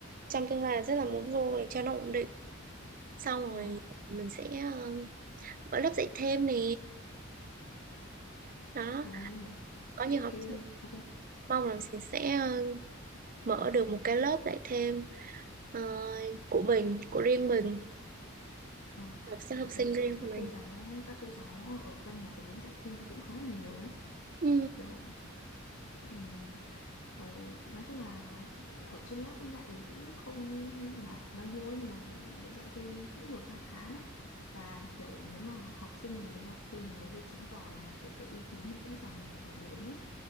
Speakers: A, on the right; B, on the left.
A: trong tương lai rất là muốn vô để cho nó ổn định xong rồi
B: Ờ.
A: mình sẽ ờ, mở lớp dạy thêm nè đó
B: Ờ.
A: có nhiều
B: dạy
A: học
B: thêm
A: sinh
B: ok
A: mong là mình sẽ ờ, mở được một cái lớp dạy thêm ờ, của mình của riêng mình
B: ờ.
A: học sinh học
B: Tớ
A: sinh
B: thấy kiểu
A: riêng
B: các
A: của mình
B: cô giáo các cô giáo ở quanh nhà tớ dạy thêm cũng khá là nhiều ấy
A: ừ,
B: kiểu ừm, kiểu nói chung là ở trên lớp dạy cũng không là bao nhiêu ấy nhưng mà dạy thêm cũng được khá khá đó và kiểu nếu mà học sinh mà đến học thêm nhiều ấy thì chứng tỏ là kiểu cái uy tín nó cũng càng lớn ấy